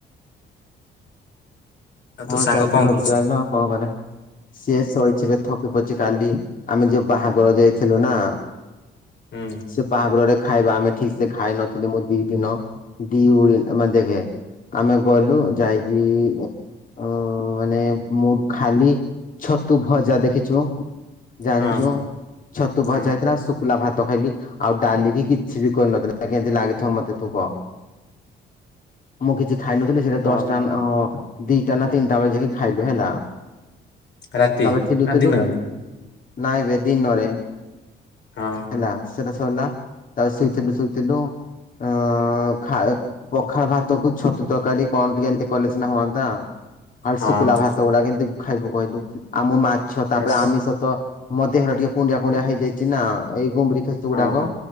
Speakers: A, on the left; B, on the left.
A: ଆଉ ତୋ
B: ହଁ
A: ସାଙ୍ଗ
B: ଚାଲିଛି
A: କଣ
B: ତ
A: କରୁଛି?
B: ଚା <unintelligible> ଆଉ କଣ କରିବା। ସିଏ ଶୋଇଥିବେ ଥକି ପଡିଚି କାଲି ଆମେ ଯୋଉ ବାହାଘର ଯାଇଥିଲୁ ନା।
A: ହୁଁ।
B: ସେ ବାହାଘରରେ ଖାଇବା ଆମେ ଠିକ ସେ ଖାଇ ନଥିଲି ମୁଁ ଦି ଦିନ ଦି ଓଳି ମାନେ ଦେଖ ଆମେ ଗଲୁ ଯାଇକି ଅ ମାନେ ମୁଁ ଖାଲି ଛତୁ ଭଜା ଦେଖିଛୁ। ଜାଣିଛୁ
A: ହଁ
B: ଛତୁ
A: ହଁ
B: ଭଜା ହେଇଥିଲା ସୁକ୍ ଲା ଭାତ ଖାଇଲି ଆଉ ଡାଲିକି କିଛି ବି କରିନଥିଲା କେମିତି ଲାଗିଥିବ ମତେ ତୁ କହ। ମୁଁ କିଛି ଖାଇ ନଥିଲି ସେଇଟା ଦଶଟା
A: ଓହୋ
B: ଦିଟା ନା ତିନିଟା ବେଳେ ଯାଇକି ଖାଇଲୁ ହେଲା।
A: ରାତି
B: ତାପରେ ଥିଲୁ
A: ନା
B: ଥିଲୁ
A: ଦିନରେ
B: ନାଇଁରେ ଦିନରେ
A: ହଁ
B: ହେଲା। ସେଟା ସଇଲା ତା ଶୋଇଥିଲୁ ଶୋଇଥିଲୁ। ଅ ଖା ପଖାଳ ଭାତକୁ ଛତୁ ତରକାରୀ କଣ ଟିକେ ଏମିତି କଲେ ସିନା ହୁଅନ୍ତା। ଆଉ
A: ହଁ
B: ଶୁଖୁଲା
A: ହଁ
B: ଭାତ ଗୁଡା କେମତି ଖାଇବୁ କହିଲୁ। ଆମ ମାଛ ତାପରେ
A: ବେସ୍
B: ଆମିସ ତ ମୋ ଦେହର ଟିକେ କୁଣ୍ଡିଆ କୁଣ୍ଡିଆ ହେଇଯାଇଛି ନା ଏଇ ଗୁମୁରି ଖେଚ
A: ହଁ
B: ଗୁଡାକ
A: ହଁ